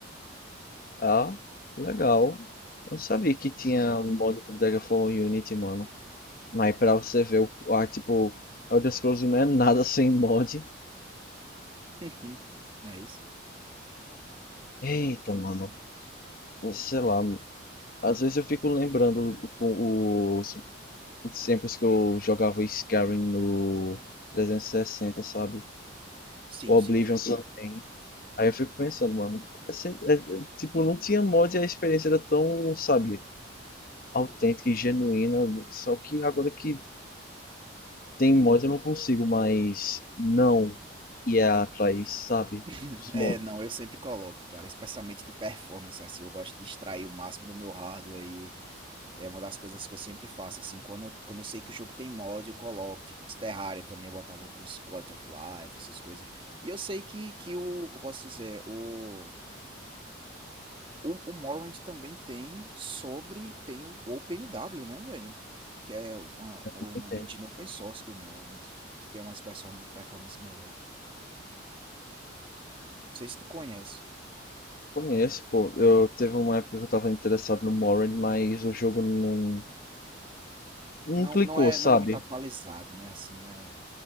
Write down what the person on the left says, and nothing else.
Ah, legal. Eu não sabia que tinha mod pro Daggerfall e Unity, mano. Mas pra você ver, o, ah, tipo, Elder Scrolls não é nada sem mod.
Eita, mano. Sei lá, Às vezes eu fico lembrando o- os, os tempos que eu jogava Skyrim no 360, sabe?
O
Oblivion.
Sim. só. Aí eu fico pensando, mano, é se- é- é- tipo, não tinha mod e a experiência era tão, sabe, autêntica e genuína. Só que agora que tem mod eu não consigo mais não ir atrás, sabe?
Os
mods
que
não tem.
Conheço, pô. Eu teve uma época que eu tava interessado no Morrowind, mas o jogo não, não
clicou,
sabe?